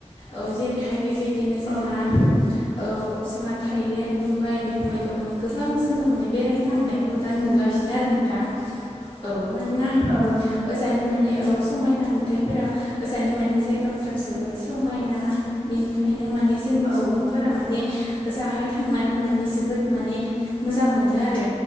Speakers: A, on the left (about 45°); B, on the left (about 75°).
A: औ जेरैहाय बेबायदिनो जोंहा
B: औ नंगौ नोंथां
A: औ जोंहा थाइलेण्ड डुबाइ बेफोरबायदियाव माने गोबां जोङो माने बेरायनो थांनायखौ दा नुगासिनो आरो नोंथां। औ मानोना
B: औ नंगौ नोंथां
A: ओजानि माने औ समायना नु थाइफोरा ओजानि मानि जायगाफोरा जोबोद समायना बेनिखायनो माने जोंनि
B: औ
A: सुबुंफोरा माने ओजाहाय थांनानै माने जोबोद माने मोजां मोनो आरो